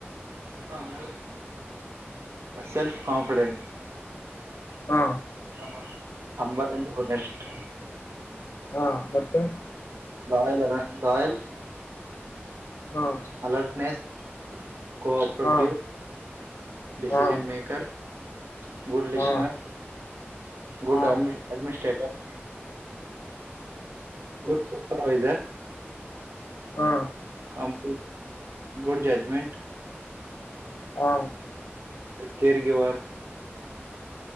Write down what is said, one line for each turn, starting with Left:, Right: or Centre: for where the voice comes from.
Right: ಹಾ ಹೇಳಿ ಸೆಲ್ಫ್ ಕಾನ್ಫಿಡೆಂಟ್ <unintelligible>
Left: ಹಾ
Right: ಹಂಬತ್ತೆಂಟ್ ಹುನಷ್ಟು
Left: ಹಾ ಮತ್ತೆ
Right: ಲಾಯಲ್ ಎನ ಲಾಯಲ್
Left: ಹಾ
Right: ಅಲರ್ಟ್ ನೆಸ್ <unintelligible> ಕೋಆಪ್ರೇಟಿವ್
Left: ಹಾ
Right: ಡಿಸಿಜನ್
Left: ಹಾ ಹಾ
Right: ಮೇಕರ್ ಗುಡ್ ಲಿಸನರ್
Left: ಹಾ
Right: ಗುಡ್
Left: ಹಾ ಹಾ
Right: ಅಡ್ಮಿನಿಸ್ಟ್ರೇಟರ್ ಗುಡ್ಸ್ ಸುಪ್ರವೈಸರ್
Left: ಹಾ
Right: ಕಾಂಪಿಟ ಗುಡ್ ಜಡಜ್ಮೆಂಟ್
Left: ಹಾ
Right: ಕೆರ್ ಗಿವರ